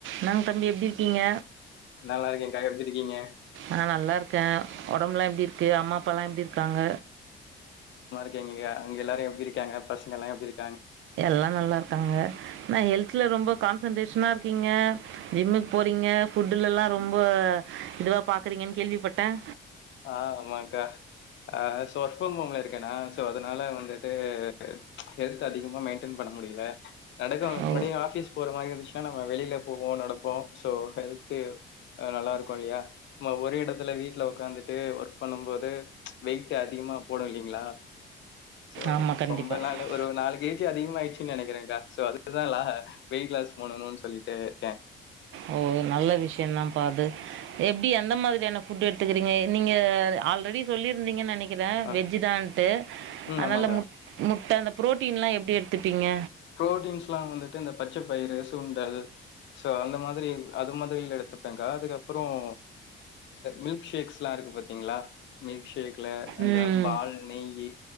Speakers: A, on the right; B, on the left.
A: நங்க தம்பி எப்படி இருக்கீங்க
B: நல்லா இருக்கேன்க்கா எப்டி இருக்கீங்க?
A: ஆஹ் நல்லா இருக்க ருக்கேன் உடம்புலாம் எப்படி இரு அம்மா அப்பல்லாம் எப்படி இருக்காங்க
B: ங்க எல்லாரும் எப்படி இருக்காங்க பசங்க எல்லாம் எப்ப இருக்கிங்
A: எல்லாம் நல்லா இருக்காங்க நான் ஹெல்தல ரொம்ப கான்சென்ட்ரேஷனாக இருக்கீங்க ஜிம்முக்கு போறீங்க புட் ல எல்லாம் ரொம்ப இதுவா பாக்குறீங்கன்னு கேள்விப்பட்டேன்
B: ஆஹ் ஆமாக்கா ஆஹ் சோ ஒர்க் ஃபிரம் ஹோம்ல இருக்கேனா சோ அதனால வந்துட்டு ஹெல்த் அதிகமா மெயின்டென் பண்ண முடியல நடக்கும்
A: ஓ
B: முன்னா ஆபீஸ் போற மாதிரி இருந்துச்சுன்னா நம்ம வெளியில போவோம் நடப்போம் சோ ஹெல்து நல்லாருக்கும் இல்லையா நம்ம ஒரே இடத்துல வீட்டுல உக்காந்து ஒர்க் பண்ணும் போது வெயிட் அதிகமா போடும் இல்லைங்களா சோ
A: ஆமாம் கண்டிப்பாக
B: ரொம்பலாம் இல்ல நாள் ஒரு நாளைக்கு அதிகமாயடுச்சு நினைக்கிறேன்கா சோ அதுதான் வெயிட் லாஸ் போண்ணணும்னு சொல்லிட்டு இருக்கேன்
A: ஓ நல்ல விஷயம் தான் பாது எப்படி எந்த மாதிரியான புபுட் எடுத்துக்கறீங்க நீங்க ஆல்ரெடி சொல்லியிருந்தீங்க நைக்க க்கிறேன்
B: அ
A: வெஜ்ஜு தான்ட்டு
B: ம்
A: அதனால
B: ஆமாக்கா.
A: மு முட்டை அந்த பு்ரோட்டீன் எலாம் எப்படி எடுத்துப்பீங்க
B: புரோட்டீன்ஸ் எல்லாம் வந்துட்டு இந்த பச்சை பயிறு சுண்டல் சோ அந்த மாதிரி அது மாதிரில எடுத்துப்பேங்க அதுக்கப்புறம் மில்க் ஷேக்ஸ் எல்லாம் இருக்கு பாாரத்தீங்களா மில்க் ஷேக் இந்த
A: ம்
B: பால் நெய்யி